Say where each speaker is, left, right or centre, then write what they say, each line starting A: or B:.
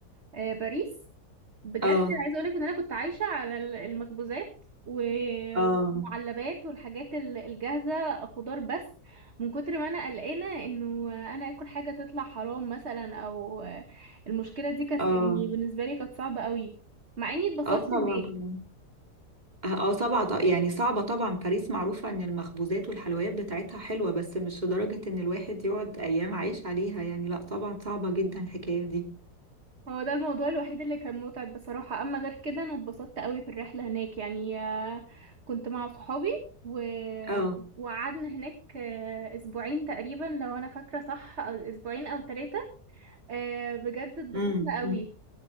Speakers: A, on the right; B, on the right.
A: آه، باريس بجد
B: اه
A: عايزه اقولك ان انا كنت عايشه على ال- المخبوزات و-
B: اه
A: والمعلبات والحاجات ال- الجاهزه خضار بس من كتر ما انا قلقانه انه انا اكل حاجه تطلع حرام مثلا او المشكله دي كانت
B: اه
A: يعني بالنسبه لي كانت صعبه قوي مع اني اتبسطت
B: اه طبعا
A: هناك
B: طبعا اه آه، طبعا ط- يعني صعبة طبعا باريس معروفة ان المخبوزات والحلويات بتاعتها حلوة بس مش لدرجة ان الواحد يقعد ايام عايش عليها يعني لا طبعا صعبة جدا الحكاية دي
A: هو ده الموضوع الوحيد اللي كان متعب بصراحه اما غير كده انا اتبسطت قوي في الرحله هناك يعني آه، كنت مع صحابي و...
B: اه
A: وقعدنا هناك آه، اسبوعين تقريبا لو انا فاكره صح أو اسبوعين او ثلاثه آه بجد اتبسطنا
B: امم
A: قوي
B: أمم.